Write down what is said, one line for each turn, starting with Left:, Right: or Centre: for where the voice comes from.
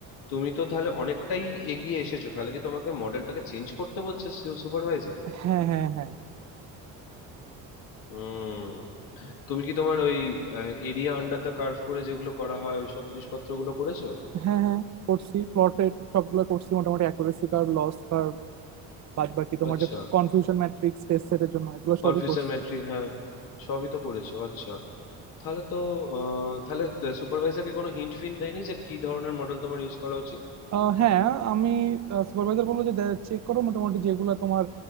Left: তুমি তো তাহলে অনেকটাই এগিয়ে এসেছো তাহলে কি তোমাকে মডেলটাকে চেঞ্জ করতে বলছে সুপারভাইজার
Right: হ্যাঁ হ্যাঁ হ্যাঁ
Left: হুম তুমি কি তোমার ওই এরিয়া আন্ডার দ্য কার্ভ করে যেগুলো করা হয় ওই সব জিনিসপত্রগুলো করেছো
Right: হ্যাঁ হ্যাঁ করছি প্লটেড সবগুলো করছি মোটামুটি অ্যাকুরেসি কার্ভ লস কার্ভ বাদ বাকি তোমার
Left: আচ্ছা
Right: যে কনফিউশন ম্যাট্রিক্স টেস্ট সেটের জন্য এগুলো
Left: কনফিউশন
Right: সবই করছি
Left: ম্যাট্রিক হ্যাঁ সবই তো করেছো আচ্ছা তাহলে তো আহ, তাহলে সুপারভাইজার কি কোনো হিন্ট ফিন্ট দেয়নি যে কি ধরনের মডেল তোমার ইউজ করা উচিত
Right: আহ হ্যাঁ আমি সুপারভাইজার বললো যে চেক করো মোটামুটি যেগুলা তোমার